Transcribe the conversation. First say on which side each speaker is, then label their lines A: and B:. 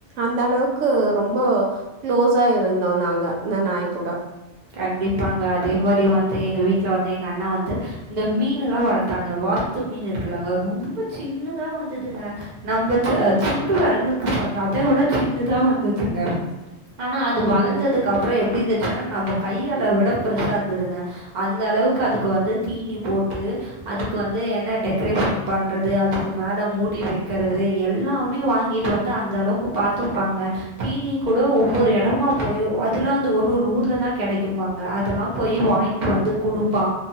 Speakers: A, on the right (about 85°); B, on the right (about 40°).
A: அந்த அளவுக் கு ரொம்ப க்ளோஸா இருந்தோ நாங்க அந்த நாய் கூட
B: கண்டிப்பாங்க அதே மாரி வந்து எங்க வீட்ல வந்து எங்க அண்ண வந்து இந்த மீனுலா வளத்தாங்க வாஸ்த்து மீன் இருக்குல்லங்க ரொம்ப சின்னதா வந்துதுங்க நம்ம ச சுண்டு வெரலுக்கு பாருங்க அத விட சின்னதா வந்துதுங்க ஆனா அது
A: ம்
B: வளந்ததுக்கு அப்ற எப்டி இந்துச்சுன்னா நம்ப கை அளவிட பெருசா இந்துதுங்க அந் அளவுக்கு அதுக்கு வந்து தீனி போட்டு அதுக்கு வந்து என்ன டெக்கரேஷன் பண்றது அதுக்கு மேல மூடி வெக்கறது எல்லாமே வாங்கிற் ப்பு வந்து அந்த அளவுக்கு பாத்துப்பாங்க தீனி கூட ஒவ்வொரு எடமா போயு அதுல்லா வந்து ஒரு ஒரு ஊர்லதா கெடக்குமாங்க அதெல்லா போயி வாய்ட்டு வந்து குடுப்பா